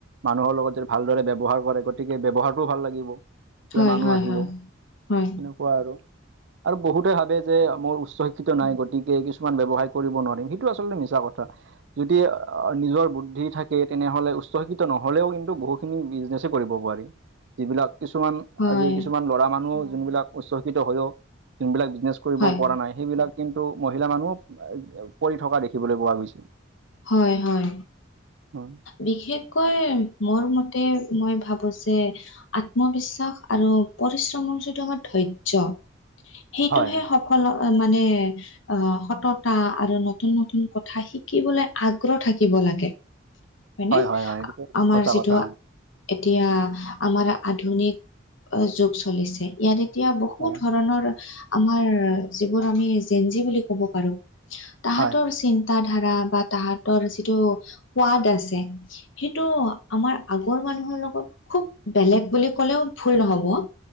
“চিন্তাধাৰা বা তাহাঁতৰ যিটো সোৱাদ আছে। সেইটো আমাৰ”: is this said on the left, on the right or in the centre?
Left